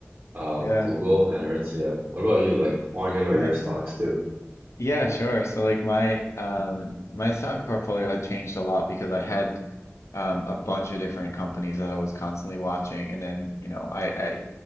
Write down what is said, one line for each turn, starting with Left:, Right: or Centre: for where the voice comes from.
Right: uh,
Left: Yeah,
Right: Google, and Aritzia. What about you? Like, want to hear about
Left: nice.
Right: your stocks too?
Left: Yeah, sure. So like my um my stock portfolio had changed a lot because I had um a bunch of different companies that I was constantly watching and then, you know, I I